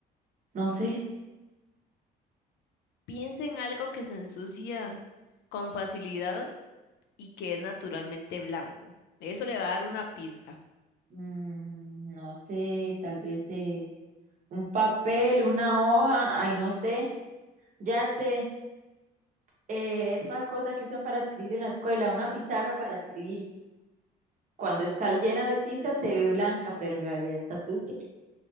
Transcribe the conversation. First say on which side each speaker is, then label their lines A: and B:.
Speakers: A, on the right; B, on the left.
A: no sé,
B: Piensa en algo que se ensucia con facilidad y que es naturalmente blanco. Eso le va a dar una pista.
A: mm, no sé, tal vez eh, un papel, una hoja, ay, no sé, ya sé, eh, esa cosa que usan para escribir en la escuela, una pizarra para escribir. Cuando está llena de tiza se ve blanca, pero en realidad está sucia.